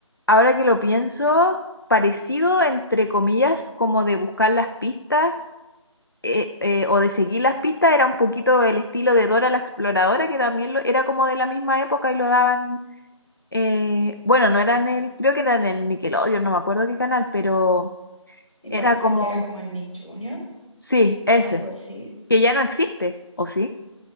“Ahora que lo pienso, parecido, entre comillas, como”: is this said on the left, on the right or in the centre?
Left